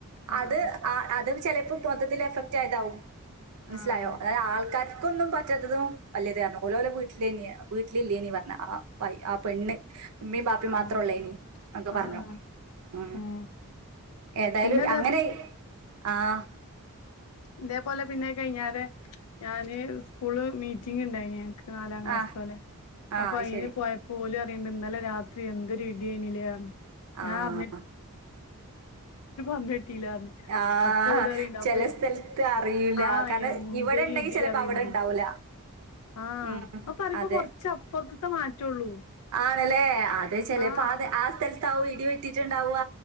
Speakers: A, on the left; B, on the right.
A: ആഹ്
B: അത് അ അത് ചിലപ്പോ പൊദത്തിൽ എഫക്ട് ആയതാവും മനസ്സിലായോ
A: ആഹ്
B: അതായത് ആൾക്കാർ ക്കൊന്നും പറ്റാത്തതും വല്യത് കാരണം ഓല് ഓലെ വീട്ടിലെനി വീട്ടിലില്ലേനി പറഞ്ഞ ആ വൈ ആ പെണ്ണ് ഉമ്മീം ബാപ്പിയും
A: ആഹ്
B: മാത്രം ഒള്ളേനി ന്നൊക്കെ
A: ആഹ്
B: പറഞ്ഞു
A: ആഹ്
B: ഉ
A: ഉം
B: ഏതായാലും
A: പിന്നെ
B: അങ്ങനെ ആഹ്
A: ഇതെ പോലെ പിന്നെ <unintelligible> ഞാന് സ്കൂള് മീറ്റിംഗ് ഉണ്ടായിന് ഞങ്ങ്ക്ക്‌ നാലാം ക്ലാസത്തല്ലേ
B: ആ ആ
A: അപ്പൊ
B: അത്
A: അയ്ന്
B: ശരി
A: പോയ പോലും <unintelligible> ഇന്നലെ രാത്രി എന്തൊരു <unintelligible> ഞാൻ
B: ആഹ്
A: <unintelligible> <unintelligible>
B: ആഹ്
A: അപ്പൊ ഓല് പറയ്ണ്ട്
B: ചില
A: അപ്പൊ
B: സ്ഥ അറിയില്ല
A: ആഹ്
B: കാരണം
A: എന്തൊരു
B: ഇവിടെ ഇണ്ടെങ്കി
A: ഇടി
B: ചിലപ്പോ
A: അറിയ്ണ്ട്
B: അവിടെ ഇണ്ടാവൂല
A: ആഹ്
B: ഉം
A: അത് പറയുമ്പോ
B: അതെ
A: കൊറച്ച് മാറ്റൊള്ളൂ
B: ആണല്ലേ അതെ ചെലെപ്പോ
A: ആഹ്
B: അത ആ <unintelligible> ഇടി വെട്ടിട്ടുണ്ടാവുക